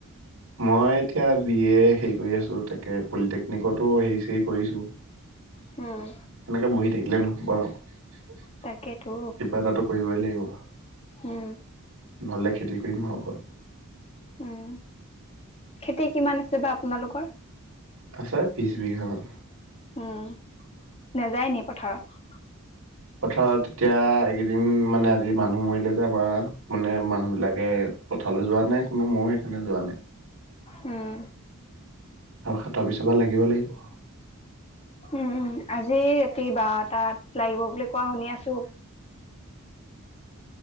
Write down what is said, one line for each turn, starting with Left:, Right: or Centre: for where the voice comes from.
Right: মই এতিয়া বি এ, হেৰি কৰি আছো, তাকে পলিটেকনিকতো হেৰি চেৰী কৰিছো।
Left: উম।
Right: সেনেকে বহি থাকিলে নহব আৰু
Left: তাকেতো
Right: কিবা এটাতো কৰিবই লাগিব। <inaudible>
Left: উম
Right: <unintelligible>
Left: উম, খেতি কিমান আছে বা আপোনালোকৰ।
Right: আছে, বিশ বিঘা মান।
Left: উম, নেযায় নি পথাৰত?
Right: পথাৰত এতিয়া এইকেইদিন, মানে আজি মানুহ মৰিলে যে বা <unintelligible> মানে মানুহ বিলাকে পথাৰলৈ যোৱা নাই কোনো, মইও সেইকাৰণে যোৱা নাই।
Left: উম।
Right: আৰু তাৰ পিছৰ পৰা লাগিব লাগিব।
Left: উম উম আজি ৰাতি বাৰটাত লাগিব বুলি কোৱা শুনি আছো